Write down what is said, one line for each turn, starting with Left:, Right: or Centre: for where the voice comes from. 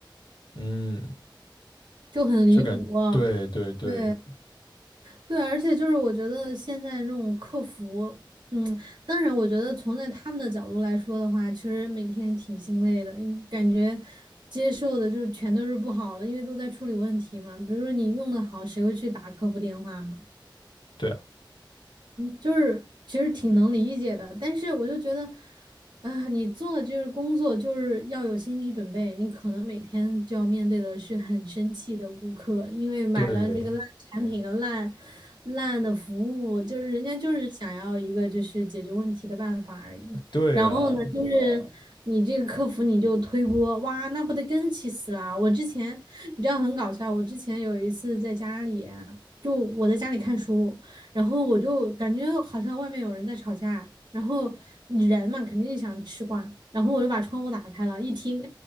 Left: 嗯，
Right: 就很离谱啊
Left: 就感对对对
Right: 对对，而且就是我觉得现在这种客服，嗯，当然我觉得从在他们的角度来说的话，其实每天挺心累的，因感觉接受的就是全都是不好的，因为都在处理问题嘛。比如说你用的好，谁会去打客服电话嘛？
Left: 对啊，
Right: 就是其实挺能理解的，但是我就觉得，啊、呃你做的这个工作就是要有心理准备，你可能每天就要面对的是很生气的顾客，因为买了这个烂产品和烂
Left: 对
Right: 烂的服务，就是人家就是想要一个就是解决问题的办法而已。
Left: 对啊。
Right: 然后呢，就是你这个客服你就推锅，哇，那不得更气死啦！我之前你知道很搞笑，我之前有一次在家里啊就我在家里看书，然后我就感觉好像外面有人在吵架，然后人嘛肯定想吃瓜，然后我就把窗户打开了，一听